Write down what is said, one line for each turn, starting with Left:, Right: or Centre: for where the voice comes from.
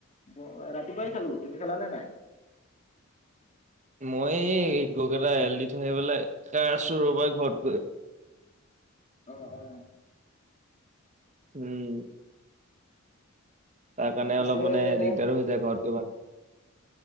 Left: মই ৰাতিপুৱাই খালো, তুমি খালা নে নাই?
Right: মই এই গৰুকেইটা এৰাল দি থৈ আহি পেলাই খাই আছো ৰ'বা ঘৰত গৈ।
Left: অ', হয়, হয়।
Right: উম। তাৰকাৰণে
Left: পিছে
Right: অলপ মানে
Left: এনে
Right: দিগদাৰও হৈ যায় ঘৰত গৈ ভা